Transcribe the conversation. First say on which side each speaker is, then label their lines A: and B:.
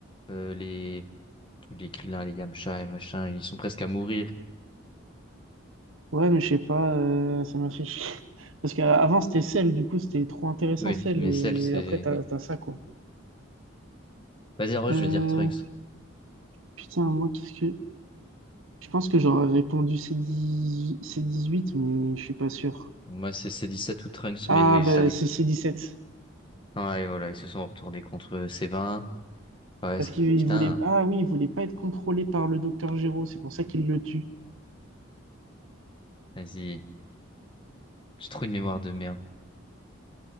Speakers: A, on the left; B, on the right.
A: euh, les, tous les Krillin, les Yamcha et machin, ils sont presque à mourir.
B: Ouais, mais je sais pas, euh, ça m'a fait chier. <laughs> Parce qu'avant, c'était celle, du coup, c'était trop intéressant,
A: Oui,
B: celle.
A: mais
B: Et
A: celle, c'est.
B: après, t'as,
A: Oui.
B: t'as ça, quoi.
A: Vas-y, en vrai,
B: Euh,
A: je veux dire Trunks.
B: Putain, moi, qu'est-ce que. Je pense que j'aurais répondu C10... c huit mais je suis pas sûr.
A: Moi, c'est C17 ou Trunks,
B: Ah,
A: mais
B: bah,
A: j'arrive.
B: c'est c sept
A: Ouais, voilà, ils se sont retournés contre C20. Ouais,
B: Parce
A: ça...
B: qu'il
A: putain,
B: voulait. Ah oui, il voulait pas être contrôlé par le docteur Géraud, c'est pour ça qu'il le tue.
A: vas-y. J'ai trop une mémoire de merde.